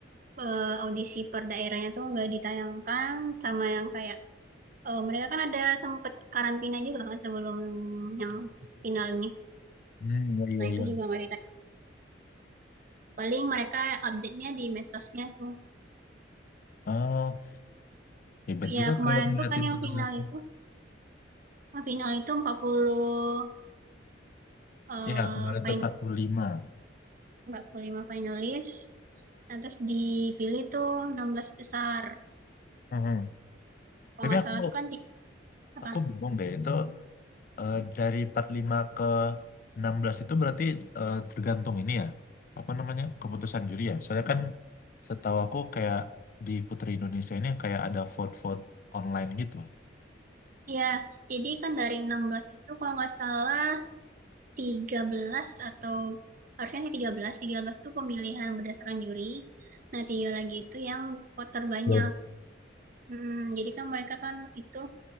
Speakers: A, on the right; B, on the left.
A: eh, audisi per daerahnya tuh nggak ditayangkan sama yang kayak eh, mereka kan ada sempet karantina juga kan sebelum yang final nih.
B: hmm iya iya
A: Nah itu
B: iya
A: juga nggak ditayang. Paling mereka update-nya di medsosnya tuh.
B: oh hebat juga
A: Ya kemarin
B: kalau ngeliatin
A: tuh kan yang
B: satu-satu
A: final itu final itu 45 eh
B: ya kemarin
A: final
B: tuh 45
A: 45 finalis. Nah, terus dipilih tuh 16 besar.
B: hmm hmm.
A: Kalau
B: tapi
A: nggak
B: aku
A: salah tuh kan tiga- apa
B: aku bingung deh itu Eh, dari 45 ke 16 itu berarti eh, tergantung ini ya. Apa namanya? Keputusan juri ya. Soalnya kan setahu aku kayak di Putri Indonesia ini kayak ada vote-vote online gitu.
A: Ya, jadi kan dari 16 itu kalau nggak salah 13 atau harusnya sih tiga belas tiga belas itu pemilihan berdasarkan juri. Nah, tiga lagi itu yang voter banyak.
B: Hmm.
A: Hmm, jadi kan mereka kan itu